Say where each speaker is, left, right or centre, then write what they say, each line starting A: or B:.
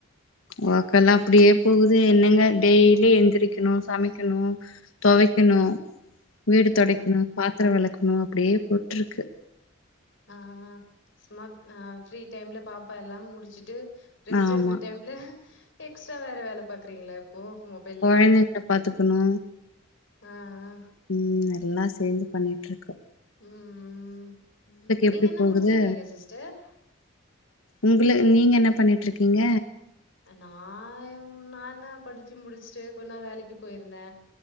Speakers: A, on the left; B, on the left.
A: ஒர்க்கெல்லா அப்டியே போகுது என்னங்க டெய்லி எந்திரிக்கணு சமைக்கணு தொவைக்கணு வீடு
B: ஆ
A: தொடைக்கணு பாத்தரம் வெளக்கணு அப்டியே போயிட்ருக்கு
B: ஆ ஆ ஆ சும்மா ஆ ஃப்ரீ டைம்ல பாப்பா எல்லா முடிச்சிட்டு ரெஸ்ட்
A: ஆமா
B: எடுக்குற டைம்ல எக்ஸ்ட்டா வேற வேல பாக்குறீங்களா இப்போ மொபைல்லயே
A: கொழந்தைங்கள பாத்துக்கணு
B: ஆ ஆ
A: ம் எல்லா சேந்து பண்ணிட்டு இருக்கோ
B: ம் நீங்க
A: எப்டி
B: என்ன
A: போகுது
B: முடிச்சிருக்கீங்க சிஸ்டர்
A: உங்கள நீங்க என்ன பண்ணிட்ருக்கீங்க
B: நா நானா படிச்சி முடிச்சிட்டு கொஞ்ச நாள் வேலைக்கு போயிருந்தே